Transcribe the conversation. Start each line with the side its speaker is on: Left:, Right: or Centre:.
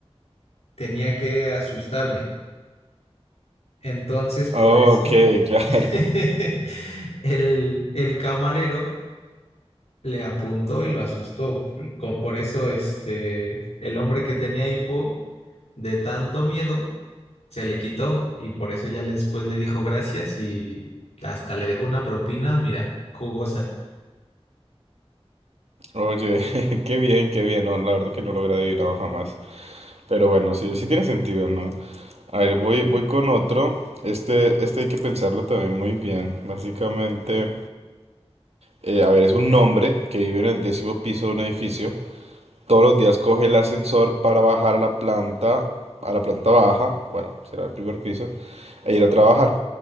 Left: tenía que asustarme. Entonces, por
Right: Ok,
Left: eso
Right: claro.
Left: <laughs> el, el camarero le apuntó y lo asustó. Con- por eso, este, el hombre que tenía hipo de tanto miedo se le quitó y por eso ya después le dijo gracias y hasta le dejó una propina, mira, jugosa.
Right: <laughs> Oye, <laughs> qué bien, qué bien. No, la verdad que no lo hubiera adivinado jamás. Pero bueno, sí, sí tiene sentido, ¿no? A ver, voy, voy con otro. Este, este hay que pensarlo también muy bien. Básicamente. Eh, a ver, es un hombre que vive en el décimo piso de un edificio. Todos los días coge el ascensor para bajar a la planta, a la planta baja, bueno, será el primer piso, e ir a trabajar.